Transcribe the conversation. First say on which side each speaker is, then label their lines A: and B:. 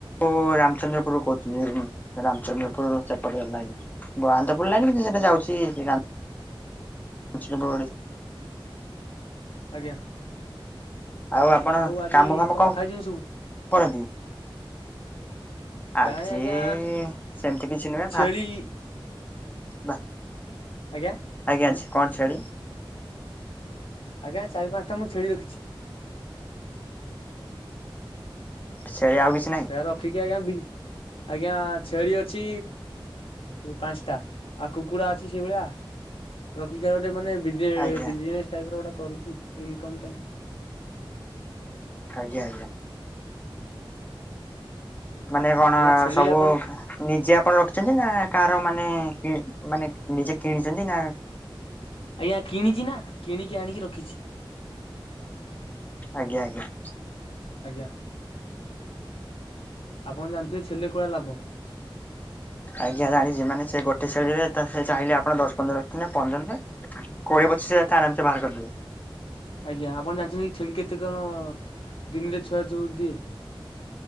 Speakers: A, on the left; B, on the left.
A: ଓ ରାମଚନ୍ଦ୍ରପୁରରୁ କହୁଥିଲି ମୁଁ ରାମଚନ୍ଦ୍ରପୁରରୁ ସେପଟେ ଲାଇନ୍। ବ- ଆନନ୍ଦପୁର ଲାଇନ୍ କିନ୍ତୁ ସେଟା ଯାଉଛି ଯେ ରା <inaudible>
B: ଆଜ୍ଞା।
A: ଆଉ ଆପଣ
B: ଆଜି
A: କାମ ଫାମ କଣ
B: ଖାଇଛନ୍ତି ସବୁ
A: କରନ୍ତି? ଆଜି
B: କାଇଁ ଆଜ୍ଞା
A: ସେମିତି କିଛି
B: ସେ
A: ନୁହେଁ ଭା
B: ଛେଳି
A: ବା
B: ଆଜ୍ଞା।
A: ଆଜ୍ଞା
B: ମୁଁ
A: ଛ-କଣ ଛେଳି?
B: ଆଜ୍ଞା ଚାରି ପାନ୍ସଟା ମୁଁ ଛେଳି ରଖିଛି।
A: ସେ ଆଉ କିଛି ନାହିଁ?
B: ସେ ରଖିକି ଆଜ୍ଞା ବି-ଆଜ୍ଞା ଛେଳି ଅଛି ଏ ପାନ୍ସଟା। ଆଉ କୁକୁଡା ଅଛି ସେଇ ଭଳିଆ, ରଖିକି ସେ ଗୋଟେ ମାନେ ବିଜେ
A: ଆଜ୍ଞା
B: ବିଜିନେସ୍ ଟାଇପ୍ ର ଗୋଟା କରୁଚି ଇନକମ୍ ପାଇଁ।
A: ଆଜ୍ଞା, ଆଜ୍ଞା। ମାନେ କଣ
B: ଆଜ୍ଞା ଛେଳିରେ
A: ସବୁ
B: ଆପଣ
A: ନିଜେ ଆପଣ ରଖିଛନ୍ତି ନା କାର ମାନେ କିଣି ମାନେ ନିଜେ କିଣିଛନ୍ତି ନା
B: ଆଜ୍ଞା କିଣିଚି ନା କିଣିକି ଆଣିକି ରଖିଛି।
A: ଆଜ୍ଞା, ଆଜ୍ଞା।
B: ଆଜ୍ଞା, ଆପଣ ଜାଣିଥିବେ ଛେଲେ କୂଳା ଲାଭ।
A: ଆଜ୍ଞା ଜାଣିଛି ମାନେ ସେ ଗୋଟେ ଛେଳିରେ ତ ସେ ଚାହିଁଲେ ଆପଣ ଦଶ ପନ୍ଦର ରଖିନା ନା ପନ୍ଦର ନୁହେଁ। କୋଡିଏ ପଚିଶ ହଜାର ତ ଆରାମସେ ବାହାର କରିଦେବେ।
B: ଆଜ୍ଞା ଆପଣ ଜାଣିଛନ୍ତି ଛେଳି କେତେ କହ ଦିନିରେ ଛୁଆ ଯୋଉ ଦିଏ?